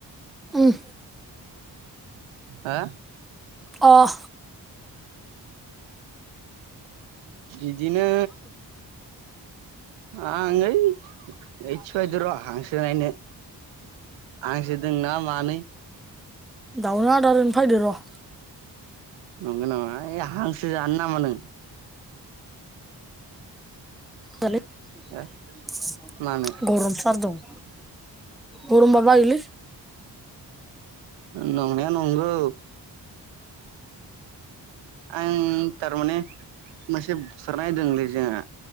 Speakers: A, in the centre; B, on the right.
A: उम
B: हा
A: अह
B: इदिनो आं ओय एथि बायद र' हांसो नायनो हांसो दोंना मानै
A: दावना आदारनो फायदो र'
B: नंगौ नामा एओ हांसो जानो नामा नों
A: <unintelligible>
B: हो मानो
A: गरम सार दं गरमबा बायोलै
B: नंनाया नं नंगौ आं थारमाने मोनसे बुथारनाय दोंलै जोंहा